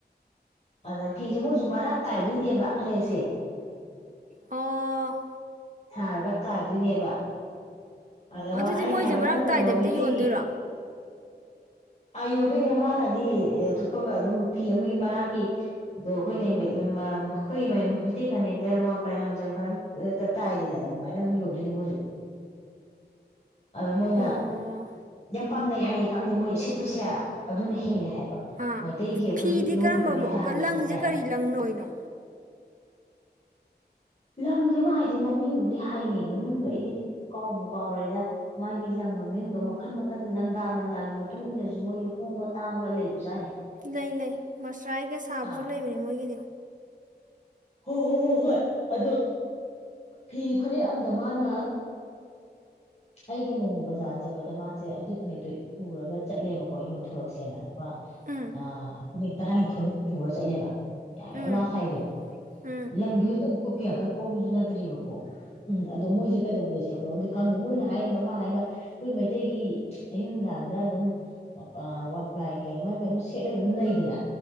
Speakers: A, on the left (about 40°); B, on the right (about 50°).
A: ꯑꯗ ꯐꯤꯁꯦ ꯃꯣꯏꯁꯨ ꯃꯔꯛ ꯇꯥꯏꯗꯣꯏꯅꯦꯕ ꯐꯅꯦꯛꯁꯦ
B: ꯑꯣ
A: ꯊꯥꯔꯒ ꯇꯥꯏꯗꯣꯏꯅꯦꯕ ꯑꯗ ꯃꯥꯅ
B: ꯑꯗꯨꯗꯤ
A: ꯑꯩꯅ
B: ꯃꯣꯏꯁꯦ
A: ꯍꯥꯏꯕ
B: ꯃꯔꯛ
A: ꯅꯪ ꯀꯩꯅꯣ
B: ꯇꯥꯏꯗꯕꯤꯗ
A: ꯃꯤꯇꯩꯒꯤ
B: ꯌꯣꯟꯗꯣꯏꯔꯣ
A: ꯑꯥ ꯌꯣꯟꯗꯣꯏꯅꯦ ꯃꯥꯅꯗꯤ ꯊꯨꯞꯄꯒ ꯑꯗꯨꯝ ꯐꯤ ꯑꯃꯒꯤ ꯃꯔꯥꯛꯀꯤ ꯑꯗꯣ ꯑꯩꯈꯣꯏꯅ ꯑꯩꯈꯣꯏꯒꯤ ꯃꯩꯇꯩ ꯐꯅꯦꯛꯇꯋꯥꯝꯄ꯭ꯔꯥꯏ ꯂꯝꯖꯝ ꯐꯝꯛꯇ ꯇꯥꯏꯗꯗꯅ ꯑꯗꯨꯃꯥꯏꯅ ꯑꯗꯨꯝ ꯌꯣꯟꯗꯣꯏꯅꯦ ꯃꯣꯏꯁꯨ ꯑꯗꯣ ꯃꯣꯏꯅ
B: ꯑꯣ
A: ꯌꯥꯝ ꯄꯥꯝꯅꯩ ꯍꯥꯏꯌꯦ ꯈꯪꯗꯦ ꯃꯣꯏ ꯁꯤꯠꯄꯁꯦ ꯑꯗꯨꯅ ꯍꯦꯜꯂꯦ ꯍꯥꯏꯕ
B: ꯑꯥ
A: ꯃꯩꯇꯩꯒꯤ ꯑꯩꯈꯣꯏꯒꯤ
B: ꯐꯤꯗꯤ
A: ꯏꯌꯣꯡꯒꯤ
B: ꯀꯔꯝꯕ
A: ꯐꯅꯦꯛ
B: ꯃꯑꯣꯀ
A: ꯁꯥꯕꯁꯤꯗꯤꯅꯦ
B: ꯂꯪꯁꯦ ꯀꯔꯤ ꯂꯪꯅꯣꯅꯣ
A: ꯂꯪꯁꯤꯃ ꯍꯥꯏꯗꯤ ꯃꯃꯤꯡꯗꯤ ꯍꯥꯏꯅꯤ ꯃꯃꯤꯡꯗꯣ ꯑꯩꯗꯤ ꯀꯥꯎꯕꯨ ꯀꯥꯎꯔꯦꯗ ꯃꯥꯒꯤ ꯂꯪ ꯃꯃꯤꯡꯗꯣ ꯃꯈꯜ ꯃꯈꯜ ꯋꯥꯈꯜ ꯂꯪꯗꯥ ꯂꯪꯗꯥꯒꯤ ꯃꯇꯨꯡ ꯏꯟꯅꯁꯨ ꯃꯣꯏꯒꯤ ꯍꯣꯡꯕ ꯇꯥꯡꯃꯒ ꯂꯩꯕꯖꯥꯠꯅꯦ
B: ꯂꯩ ꯂꯩ ꯃꯁꯔꯥꯏꯒ ꯁꯥꯕꯁꯨ
A: ꯑꯥ
B: ꯂꯩꯕꯅꯦ ꯃꯣꯏꯒꯤꯗꯤ
A: ꯍꯣ ꯍꯣ ꯍꯣꯏ ꯍꯣꯏ ꯑꯣ ꯐꯤ ꯐꯔꯦꯛ ꯑꯝꯗ ꯃꯥꯅ ꯑꯩꯒ ꯅꯣꯡꯃ ꯕꯖꯥꯔ ꯆꯠꯄꯗ ꯃꯥ ꯁꯦ ꯑꯗꯨ ꯐꯅꯛꯇꯣ ꯄꯨꯔꯒ ꯆꯠꯂꯦꯕꯀꯣ ꯑꯩ ꯌꯣꯟꯊꯣꯔꯛꯁꯦꯅꯣ
B: ꯎꯝ
A: ꯑ ꯇꯔꯥꯡꯊ ꯑꯩꯈꯣꯏꯃꯨꯛ ꯄꯨꯔ ꯆꯠꯂꯦꯕ ꯌꯥꯝꯃꯦ
B: ꯎꯝ
A: ꯃꯃꯥ ꯁꯥꯏꯗꯣ
B: ꯎꯝ
A: ꯂꯝꯪꯒꯤꯁꯨ ꯀꯨꯞꯄ ꯌꯥꯡꯀꯠꯄꯧꯕꯁꯨ ꯅꯠꯇ꯭ꯔꯤꯕꯀꯣ ꯎꯝ ꯑꯗꯣ ꯃꯣꯏꯁꯦ ꯀꯩꯗꯧꯕꯗ ꯁꯦꯠꯄꯅꯣꯗꯤ ꯈꯪꯗꯦ ꯃꯣꯏꯅ ꯍꯥꯏꯔꯕ ꯃꯥ ꯍꯥꯏꯕ ꯑꯩꯈꯣꯏ ꯃꯩꯇꯩꯒꯤ ꯑꯌꯨꯛ ꯅꯨꯡꯗꯥꯡꯗ ꯑꯗꯨꯝ ꯋꯥꯄ꯭ꯂꯥꯏ ꯀꯩ ꯑꯃ ꯀꯩ ꯁꯦꯠꯂꯒ ꯑꯗꯨꯝ ꯂꯩꯗꯅ